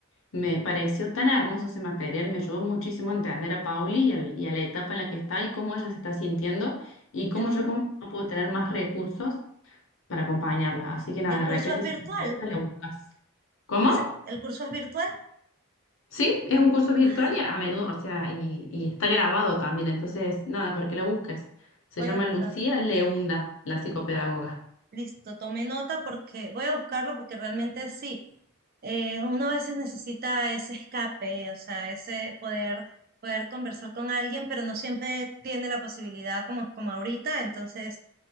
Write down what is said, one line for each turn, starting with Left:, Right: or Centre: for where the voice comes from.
Left: Me pareció tan hermoso ese material, me ayudó muchísimo a entender a Pauli y, al- y a la etapa en la que está y cómo ella se está sintiendo y cómo
Right: Ah,
Left: yo como mamá puedo tener más recursos para acompañarla. Así que nada,
Right: el
Left: de
Right: curso
Left: repente
Right: es virtual,
Left: si te interesa, la buscas. ¿Cómo?
Right: ese, el curso es virtual.
Left: Sí, es un curso virtual
Right: Ay,
Left: y a menudo, o sea, y, y está grabado también, entonces nada, para que la busques. Se
Right: voy
Left: llama
Right: a buscarlo.
Left: Lucía Leunda, la psicopedagoga.
Right: Listo, tome nota porque voy a buscarlo porque realmente sí, eh, uno a veces necesita ese escape, o sea, ese poder, poder conversar con alguien, pero no siempre tiene la posibilidad como, como ahorita. Entonces,